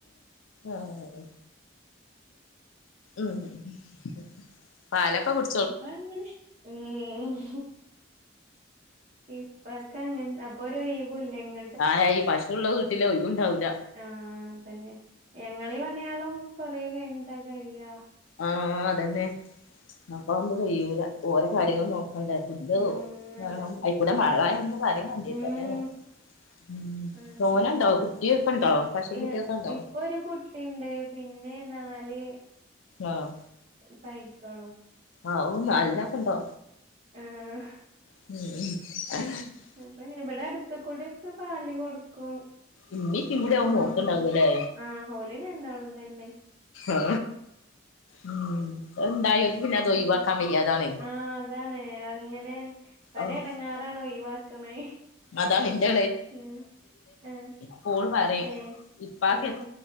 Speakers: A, on the left; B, on the right.
A: ആഹ് മ്മ്ഹ് പാലക്കെ കുടി
B: അപ്പങ്ങനെ ഉം ഇപ്പൊക്കെ അങ്ങനെ അപ്പൊരോയിവൂലങ്ങ
A: ആഹ് ഈ പശുള്ള വീട്ടില് ഒയുവുണ്ടാവൂല്ല
B: ആഹ് തന്നെ ഞങ്ങളീ പണിയാളും കൊറേ കൈനിട്ട കയ്യ
A: ആഹ് അതെന്നെ അപ്പകയൂല ഓരോ കാര്യങ്ങളും
B: ആഹ്
A: നോക്കണ്ടേ ഫുഡ്
B: ഉം
A: വേണം
B: അതന്നെ
A: അയിക്കൂടെ മഴയാക്കുമ്പോ പറയോം വേണ്ടില്ല
B: ഉം
A: <unintelligible> മ്മ്ഹ്
B: അങ്ങനെ
A: തോനണ്ടോ കുട്ടിയൊക്കെണ്ടോ പശു
B: ഏഹ്
A: കുട്ടിയൊക്കെ ഉണ്ടോ
B: ഇപ്പൊ ഒരു കുട്ടി ണ്ട് പിന്നെ നാല്
A: ആഹ്
B: പൈക്കളും
A: ആഹ് നാലിനക്കെണ്ടോ?
B: ആഹ്..
A: ഉ <unintelligible>
B: അപ്പൊ ഇങ്ങനെ ഇവിടെ അടുത്ത കൂടി ഒക്കെ പാല് കൊടുക്കും
A: ഇന്നീപ്പ ഇവിടെയാവൻ
B: വാങ്ങണോല്
A: നോക്കണ്ടാവല്ലേ
B: ആഹ് ഹോലി ഉണ്ടാളുംന്നെ.
A: ആ ഉ എന്തായവർക്ക് പിന്നെ അത് ഒഴിവാക്കാൻ
B: ഉം
A: വയ്യാതാണ്.
B: ആഹ് അതാണ് അങ്ങനെ. ഒരെടങ്ങാറാണെ
A: ആഹ്
B: ഒഴിവാക്കുന്നെ
A: അതാണ് എന്റെ
B: ഉം ആഹ്
A: ഇപ്പോൾ പറയും
B: ഏഹ്
A: ഇപ്പക്ക്
B: ആഹ്